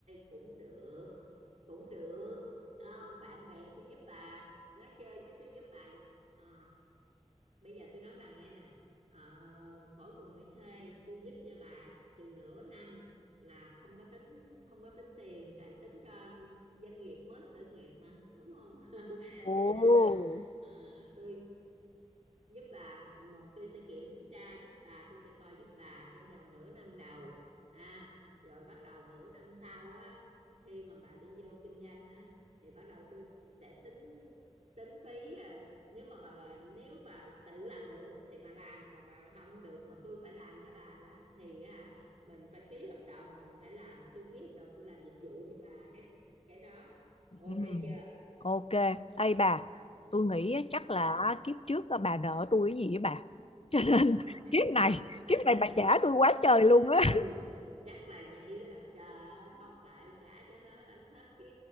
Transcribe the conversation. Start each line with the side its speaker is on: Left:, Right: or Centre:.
Right: cũng được cũng được Đó, bạn bè tôi giúp bà nói chơi chứ tôi giúp bà à, bây giờ tôi nói bà nghe nè à, khỏi cần phải thuê tôi giúp cho bà chừng nửa năm là không có tính không có tính tiền tại tính cho doanh nghiệp mới khởi nghiệp mà đúng không <laughs>
Left: Ồ.
Right: cho nên là à, tôi giúp bà mà tôi sẽ kiểm tra giúp bà tôi sẽ coi giúp bà trong vòng nửa năm đầu à rồi bắt đầu nửa năm sau á khi mà bà đi vô kinh doanh á thì bắt đầu tôi sẽ tính tính phí à. nếu mà bà nếu bà tự làm được thì bà làm còn bà không được mà tôi phải làm cho bà đó thì hả mình phải ký hợp đồng mình phải làm tôi ký hợp đồng tôi làm dịch vụ cho bà cái cái đó ok
Left: Ừ.
Right: chưa
Left: ok ê bà
Right: ừ
Left: tôi nghĩ á, chắc
Right: sao
Left: là kiếp trước á, bà nợ tôi cái gì á bà cho nên
Right: ờ
Left: <laughs>
Right: chắc
Left: kiếp
Right: vậy
Left: này
Right: á <laughs>
Left: kiếp này bà trả tôi quá trời luôn
Right: <laughs>
Left: á.
Right: ừ chắc là vậy đó trời ơi thôi kệ trả cho hết hết cái